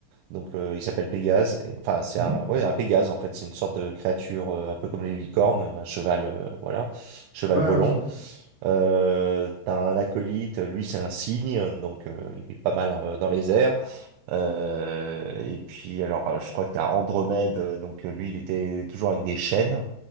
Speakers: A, on the right (about 90°); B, on the right (about 55°).
A: Donc euh, il s'appelle Pégase. Et- Enfin, c'est
B: Mhm.
A: un, ouais, un Pégase en fait. C'est une sorte de créature euh, un peu comme les licornes, un cheval, euh, voilà, cheval
B: Ouais,
A: volant.
B: ouais, je vois.
A: Euh, t'as un acolyte, lui c'est un cygne, donc euh, il est pas mal euh, dans les airs. Euh, et puis, alors, euh, je crois que t'as Andromède, euh, donc euh, lui, il était toujours avec des chaînes,